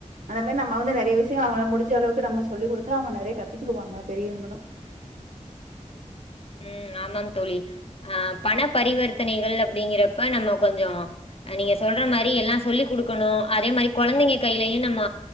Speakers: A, on the right; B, on the left.
A: அந்த மேரி நம்ம வந்து நெறைய விஷயங்கள் அவங்க முடிஞ்ச அளவுக்கு நம்ம சொல்லி குடுத்தா அவங்க நெறைய கத்துக்குறுவாங்க பெரியவங்களும்
B: உம் ஆமாம் தோழி அஹ் பண பரிவர்த்தனைகள் அப்படிங்கிறப்ப நம்ம கொஞ்சம் நீங்க சொல்ற மாரி எல்லாம் சொல்லிக் குடுக்கணு அதே மாரி கொலந்தைங்க கையிலயும் நம்ம